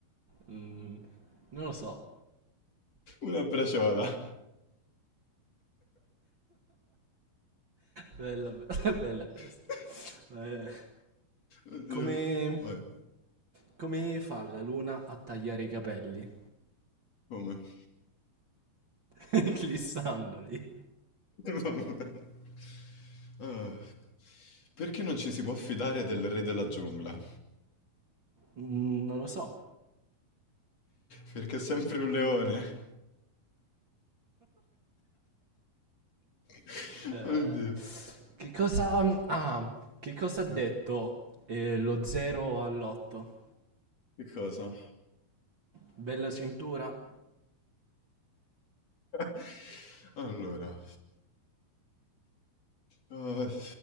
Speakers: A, on the right (about 40°); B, on the left (about 45°).
A: Mm, non lo so.
B: Una braciola.
A: Bella, <laughs>
B: <laughs>
A: bella questa. Eh,
B: Oddio,
A: Come,
B: vai,
A: come fa la luna a tagliare i capelli?
B: come?
A: <laughs> Clissandoli?
B: <laughs> Ah, Perché non ci si può fidare del re della giungla?
A: Mm, non lo so.
B: Perché è sempre un leone. <laughs>
A: Eh,
B: Oddio.
A: che cosa... Ah, che cosa ha detto
B: Eh,
A: eh, lo 0 all'8?
B: Che cosa?
A: Bella cintura?
B: <laughs> Allora. Ah, <laughs>